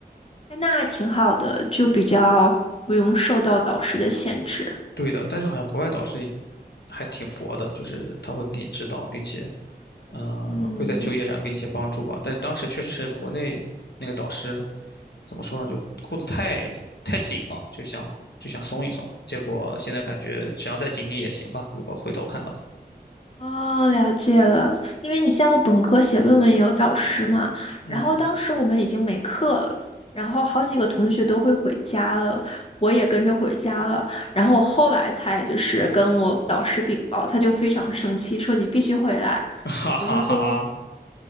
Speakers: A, on the left (about 35°); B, on the left (about 80°).
A: 哎那还挺好的，就比较不用受到导师的限制。
B: 对的，但是好像国外导师还挺佛的，就是他会给你指导，并且，嗯，
A: 嗯，
B: 会在就业上给你一些帮助吧。但是当时确实是国内那个导师怎么说呢，就顾得太太紧了，就想就想松一松。结果现在感觉只要再紧紧也行吧，如果回头看的话。
A: 哦，了解了。因为你像我本科写论文有导师嘛，
B: 嗯，
A: 然后当时我们已经没课了，然后好几个同学都会回家了，我也跟着回家了。然后我后来才就是跟我导师禀报，他就非常生气，说你必须回来。
B: <laughs> 哈哈哈
A: 我就说，